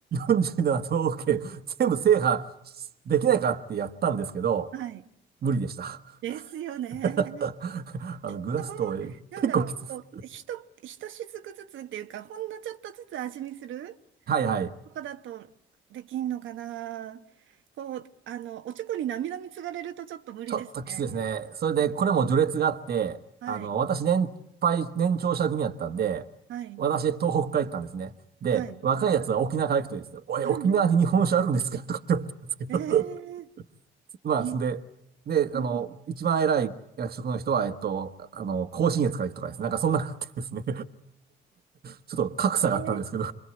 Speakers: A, on the right; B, on the right.
A: 47都道府県全部制覇できないかってやったんですけど、
B: はい、
A: 無理でした。
B: ですよね。
A: <laughs> あのグラスと結構きつい。
B: ちょっとほんの、なんだろう、こう、ひと、ひとしずくずつっていうか、ほんのちょっとずつ味見する
A: はいはい。
B: とかだとできんのかな。こう、あの、おちょこになみなみつがれるとちょっと無理ですね。
A: ちょっときついですね。それで、これも序列があって、
B: はい、
A: あの、私年配、年長者組やったんで、
B: はい、
A: 私、東北から行ったんですね。で、
B: はい。
A: 若いやつは沖縄から行くといいですよ。おい、
B: <laughs>
A: 沖縄に日本酒あるんですかとかって言われたんですけど。
B: ええ
A: <laughs> まあ、
B: い、
A: そんで、で、
B: うん、
A: あの、一番偉い役職の人は、えっと、あの、甲信越から行くとかですね。なんかそんなのあってですね。<laughs> ちょっと格差があったんですけど。
B: え